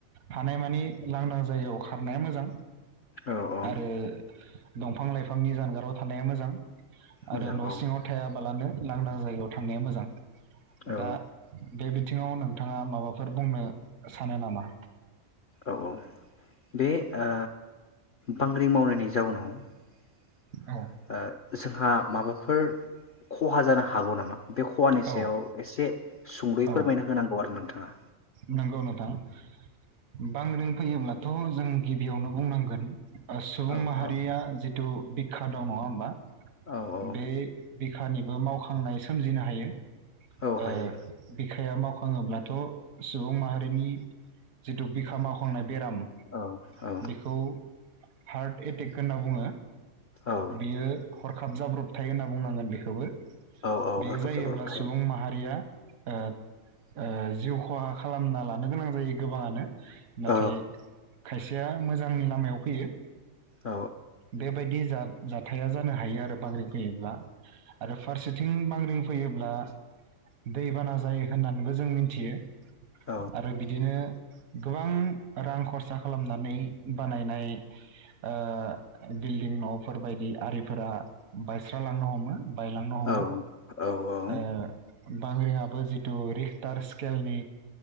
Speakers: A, on the right (about 80°); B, on the left (about 55°).
A: हानायमानि लांदां जायगायाव खारनाया मोजां
B: औ औ
A: आरो दंफां लाइफांनि जानगाराव थानाया मोजां
B: मोजां
A: आरो न
B: औ
A: सिङाव थायाबालानो लांदां जायगायाव थांनाया मोजां
B: औ
A: दा बेे बिथिङाव नोंथाङा माबाफोर बुंनो सानो नामा
B: औ औ बे ओ बांग्रि मावनायनि जाउनाव ओ
A: औ
B: जोंहा माबाफोर खहा जानो हागौ नामा बे खहानि
A: औ
B: सायाव एसे सुंलुय
A: औ
B: फोरमायना होनांगौ आरो नोंथाङा
A: नंगौ नोंथां बांग्रिं फैयोब्लाथ जों गिबियावनो बुंनांगोन ओ सुबुं
B: औ
A: माहारिया
B: औ
A: जि खिथु बिखा दं नङा होमबा
B: औ औ
A: बे बिखानिबो मावखांनाय सोमजिनो हायो ओ
B: औ हायो
A: बिखाया माव- <unintelligible> सुबुं माहारिनि जिथु बिखा मावखांनाय बे दाम
B: औ औ
A: बेखौ हार्ट एटेक होनना बुङो
B: औ
A: बियो हर खाबजाब्रबथाया होनना बुंनांगोन बेखौबो
B: औ औ
A: बे
B: हरखाब
A: जायोब्ला
B: जाब्रथाय
A: सुबुं माहारिया ओ ओ जिउ खहा खालामना लानो गोनां जायो गोबाङानो नाथाय
B: औ
A: खायसेया मोजां जांनि लामायाव फैयो
B: औ
A: बेबायदि जा जाथाया जानो हायो आरो बांग्रिं फैयोब्ला आरो फारसेथिं बांग्रिं फैयोब्ला दैबाना जायो होननानैबो जों मिन्थियो
B: औ
A: आरो बिदिनो गोबां रां खरसा खालामनानै बानायनाय ओ बिल्डिं न'फोर बायदि आरिफोरा बायस्रालांनो हमो बायलांनो हमो
B: औ औ औ
A: ओ बांग्रिङाबो जिथु रिक्टार स्केलनि